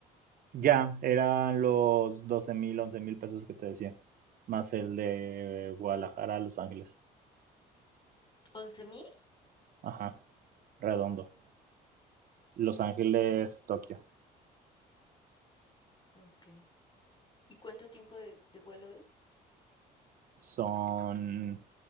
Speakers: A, on the right; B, on the left.
A: Ya, eran los doce mil, once mil pesos que te decía. Más el de Guadalajara a Los Ángeles.
B: once mil
A: Ajá, redondo. Los Ángeles, Tokio.
B: Ok. ¿Y cuánto tiempo de, de vuelo es?
A: Son,